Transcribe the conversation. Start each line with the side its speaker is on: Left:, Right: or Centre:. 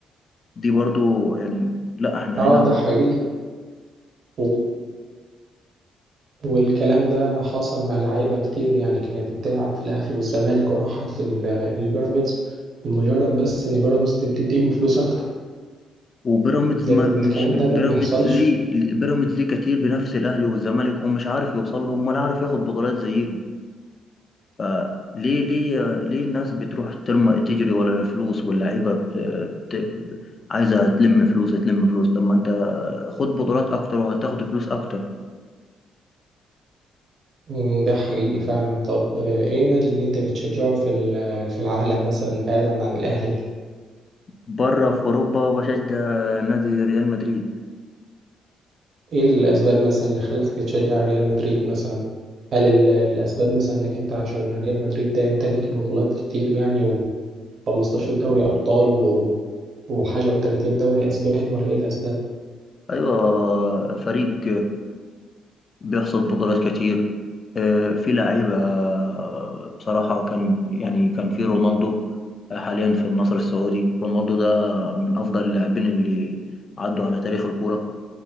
Left: دي برضو يعني لا احنا
Right: اه
Left: هنا
Right: ده حقيقي وال- والكلام ده حصل مع لعيبة كتير يعني كانت بتلعب في الأهلي والزمالك وراحت لل- البيراميدز لمجرد بس إن بيراميدز تديهم فلوس أكتر
Left: وبيراميدز
Right: زائد
Left: ما
Right: إن
Left: مش
Right: الكلام ده ما
Left: بيراميدز
Right: بيحصلش
Left: ليه بيراميدز ليه كتير بنفس الاهلي والزمالك ومش عارف يوصل لهم ولا عارف ياخد بطولات زيهم فليه ليه ليه الناس بتروح ترمى تجري ولا الفلوس واللعيبه بت... بت... عايزه تلم فلوس تلم فلوس لما انت خد بطولات اكتر وهتاخد فلوس اكتر
Right: مم، ده حقيقي فعلا طب آه، إيه النادي اللي أنت بتشجعه في ال- في العالم مثلا بعيدا عن الأهلي؟
Left: بره في اوروبا بشجع نادي ريال مدريد
Right: إيه الأسباب مثلا اللي خلتك تشجع ريال مدريد مثلا؟ هل ال- الأسباب مثلا إنك أنت عشان ريال مدريد ده يمتلك بطولات كتير يعني 15 دوري أبطال و... وحاجة و30 دوري أسباني ولا إيه الأسباب؟
Left: ايوه فريق بيحصد بطولات كتير آه، في لعيبة آه، بصراحة كان يعني كان في رونالدو آه، حاليا في النصر السعودي رونالدو ده من أفضل اللاعبين اللي عدوا على تاريخ الكورة